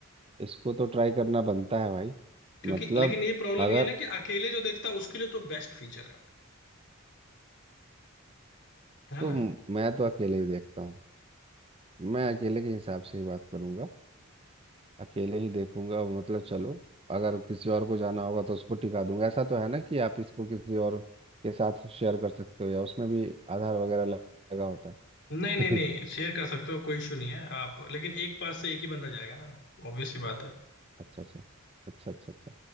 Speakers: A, on the right; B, on the left.
A: इसको तो ट्राई करना बनता है भाई
B: क्योंकि
A: मतलब
B: लेकिन ये प्रॉब्लम
A: अगर
B: ये है ना कि अकेले जो देखता है उसके लिए तो बेस्ट फीचर है है
A: तो
B: ना
A: म- मैं तो अकेले ही देखता हूँ मैं अकेले के हिसाब से ही बात करूंगा अकेले ही देखूंगा मतलब चलो अगर किसी और को जाना होगा तो उसको टिका दूंगा ऐसा तो है ना कि आप इसको किसी और के साथ शेयर कर सकते हो या उसमें भी आधार वगैरह लग- लगा होता है
B: नहीं नहीं
A: <laughs>
B: नहीं शेयर कर सकते हो कोई इशू नहीं है आप लेकिन एक पास से एक ही बंदा जाएगा ना ऑब्वियस ही बात है
A: अच्छा अच्छा अच्छा अच्छा अच्छा